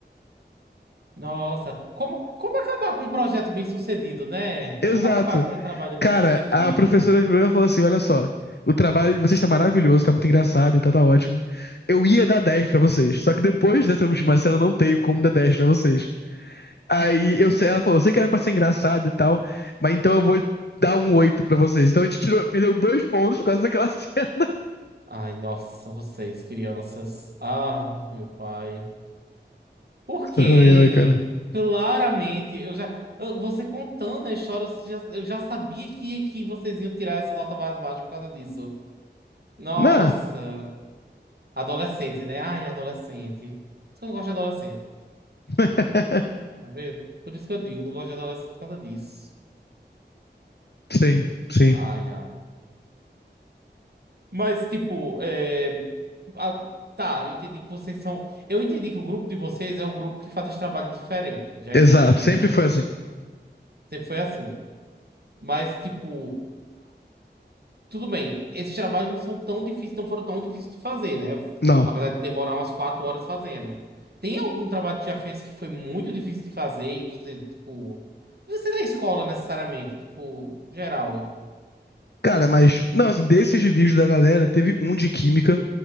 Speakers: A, on the right (about 60°); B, on the left (about 65°).
A: Nossa, como, como acabar com um projeto bem sucedido, né?
B: Exato.
A: Como acabar com um trabalho
B: Cara,
A: bem sucedido?
B: a professora virou e falou assim: Olha só, o trabalho de vocês tá maravilhoso, tá muito engraçado e tá, tá ótimo. Eu ia dar 10 pra vocês, só que depois dessa última cena eu não tenho como dar 10 pra vocês. Aí eu sei, ela falou: Eu sei que era pra ser engraçado e tal, mas então eu vou dar um 8 pra vocês. Então a gente tirou, perdeu dois pontos por causa daquela <laughs> cena.
A: Ai, nossa, vocês, crianças. Ah, meu pai. Por quem?
B: Ai, ai, cara.
A: Claramente, eu já, eu- você contando a história, você já- eu já sabia que, que vocês iam tirar essa nota mais baixa por causa disso. Nossa,
B: Não.
A: adolescente, né? Ai, adolescente. Por isso que eu não gosto de adolescente,
B: <laughs>
A: tá vendo? Por isso que eu digo, eu não gosto de adolescente por causa disso.
B: Sim, sim.
A: Ai, não. Mas, tipo, é, a- tá, eu entendi que vocês são. Eu entendi que o grupo de vocês é o grupo que faz os trabalhos diferentes. Já
B: Exato,
A: entendi
B: sempre
A: isso.
B: foi assim.
A: Sempre foi assim. Mas, tipo. Tudo bem, esses trabalhos não são tão difíceis, não foram tão difíceis de fazer, né?
B: Não.
A: Apesar de demorar umas quatro horas fazendo. Tem algum trabalho que tu já fez que foi muito difícil de fazer e você, tipo. Não sei da escola necessariamente, tipo, geral.
B: Cara, mas, não, assim, desses vídeos da galera, teve um de química,